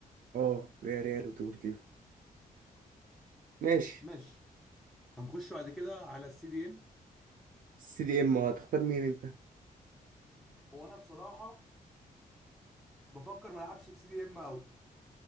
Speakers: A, on the right; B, in the centre.
A: اه يا ريال وديبورتيفو ماشي
B: ماشي هنخش بعد كده على السي دي ام
A: سي دي ام هتختار مين انت؟
B: وانا بصراحه بفكر ما العبش بسي دي ام قوي